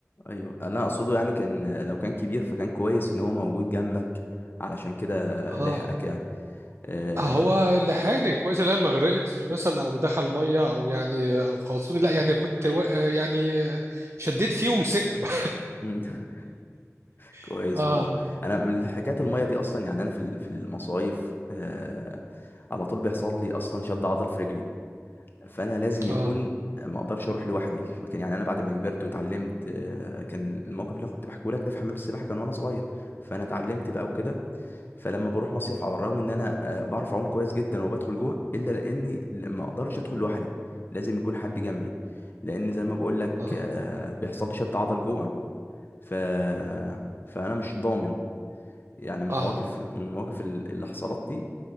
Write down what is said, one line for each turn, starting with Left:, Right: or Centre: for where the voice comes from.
Left: ايوه انا اقصده يعني كان لو كان كبير فكان كويس ان هو موجود جنبك علشان كده
Right: اه
Left: لحقك يعني آه...
Right: هو لحقني كويس ان انا ما غرقتش مثلا او دخل ميه او يعني انقذوني لا يعني كنت و... يعني شديت فيه ومسكته بقى
Left: مم. <laughs> كويس
Right: <laughs> اه
Left: والله انا من حكايه الميه دي اصلا يعني انا في ال- في المصايف آه... على طول بيحصل لي اصلا شد عضل في رجلي فانا لازم
Right: اه
Left: يكون ما اقدرش اروح لوحدي فكان يعني انا بعد ما كبرت واتعلمت آه، كان الموقف اللي أنا كنت بحكيه لك ده في حمام السباحه كان وانا صغير فانا اتعلمت بقى وكده فلما بروح مصيف على الرغم ان انا آه، بعرف اعوم كويس جدا وبدخل جوه الا لاني ما اقدرش ادخل لوحدي لازم يكون حد جنبي لان زي ما بقول لك
Right: اه
Left: آه، بيحصل لي شد عضل جوه ف فانا مش ضامن يعني من
Right: اه
Left: المواقف من المواقف اللي حصلت دي